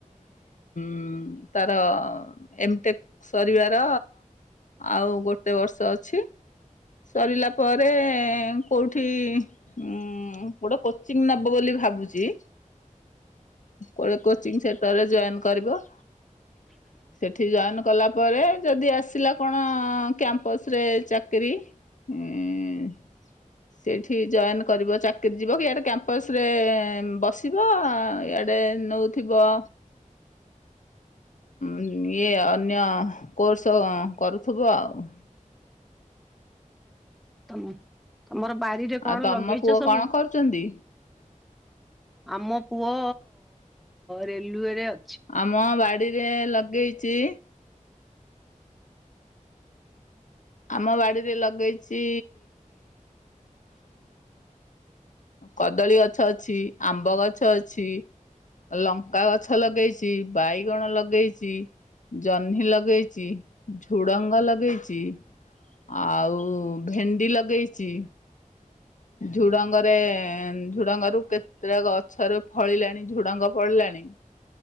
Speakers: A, on the left; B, in the centre.
A: ହୁଁ, ତାର ଏମଟେକ୍ ସରିବାର ଆଉ ଗୋଟେ ବର୍ଷ ଅଛି। ସରିଲା ପରେ କୋଉଠି, ଉ ହୁଁ, ଗୋଟେ କୋଚିଂ ନବ ବୋଲି ଭାବୁଛି। କୁଆଡେ କୋଚିଂ ସେଣ୍ଟରରେ ଜଏନ୍ କରିବ।
B: <inaudible>
A: ସେଠି ଜଏନ୍ କଲା ପରେ ଯଦି ଆସିଲା କଣ, କ୍ୟାମ୍ପସରେ ଚାକିରି ହୁଁ ସେଇଠି ଜଏନ୍ କରିବ, ଚାକିରିଯିବ କି ଇଆଡ଼େ କ୍ୟାମ୍ପସରେ ବସିବ, ଇଆଡ଼େ ନଉ ଥିବ
B: <inaudible> <inaudible>
A: ଇଏ, ଅନ୍ୟ କୋର୍ସ କରୁଥୁବ। ଆଉ।
B: ତମେ, ତମର ବାରିରେ କଣ
A: ଆଉ ତମ
B: ଲଗେଇଛ
A: ପୁଅ
B: ସବୁ?
A: କଣ କରୁଛନ୍ତି?
B: ଆମ ପୁଅ ରେଲୱେରେ ଅ
A: ଆମ ବାଡିରେ ଲଗେଇଚି ଆମ ବାଡ଼ିରେ ଲାଗେଇଛି। କଦଳୀ ଗଛ ଅଛି ଆମ୍ବ ଗଛ ଅଛି। ଲଙ୍କା ଗଛ ଲଗେଇଛି, ବାଇଗଣ ଲଗେଇଛି। ଜହ୍ନି ଲଗେଇଛି, ଝୁଡ଼ଙ୍ଗ ଲଗେଇଛି। ଆଉ ଭେଣ୍ଡି ଲଗେଇଛି। ଝୁଡଙ୍ଗରେ ଝୁଡଙ୍ଗରୁ କେତେଟା ଗଛରେ ଫଳିଲାଣି ଝୁଡଙ୍ଗ ଫଳିଲାଣି।